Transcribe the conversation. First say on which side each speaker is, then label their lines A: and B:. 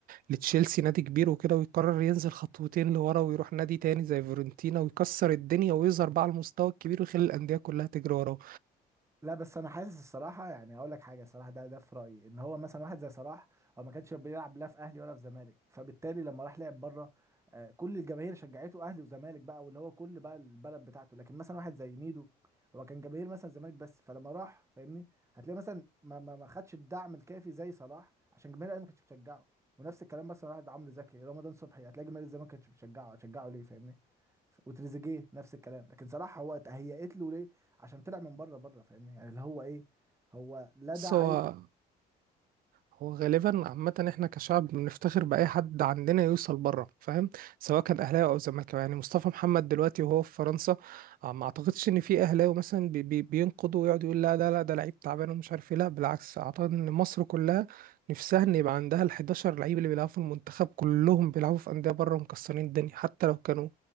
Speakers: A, on the right; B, on the right.
A: لتشيلسي نادي كبير وكده ويقرر ينزل خطوتين لورا ويروح نادي تاني زي فيورنتينا ويكسر الدنيا ويظهر بقى على المستوى الكبير ويخلي الاندية كلها تجري وراه
B: لا بس انا حاسس الصراحه يعني هقول لك حاجه الصراحه ده ده في رايي ان هو مثلا واحد زي صلاح هو ما كانش بيلعب لا في اهلي ولا في زمالك فبالتالي لما راح لعب بره آه، كل الجماهير شجعته اهلي وزمالك بقى واللي هو كل بقى البلد بتاعته لكن مثلا واحد زي ميدو هو كان جماهير مثلا زمالك بس فلما راح فاهمني هتلاقي مثلا ما ما ما خدش الدعم الكافي زي صلاح عشان جماهير الاهلي ما كانتش بتشجعه ونفس الكلام مثلا واحد عمرو زكي رمضان صبحي هتلاقي جماهير الزمالك ما كانتش بتشجعه هتشجعه ليه فاهمني ف- وتريزيجيه نفس الكلام لكن صلاح هو تهيأت له ليه عشان طلع من بره بره فاهمني يعني اللي هو ايه هو لا
A: بس
B: ده عايز
A: هو هو غالبا عامة احنا كشعب بنفتخر بأي حد عندنا يوصل بره فاهم سواء كان أهلاوي أو زملكاوي يعني مصطفى محمد دلوقتي وهو في فرنسا آه، ما أعتقدش إن في أهلاوي مثلا بي بي بينقضوا ويقعد يقول لا ده لا ده لعيب تعبان ومش عارف إيه لا بالعكس أعتقد إن مصر كلها نفسها إن يبقى عندها ال 11 لعيب اللي بيلعبوا في المنتخب كلهم بيلعبوا في أندية بره ومكسرين الدنيا حتى لو كانوا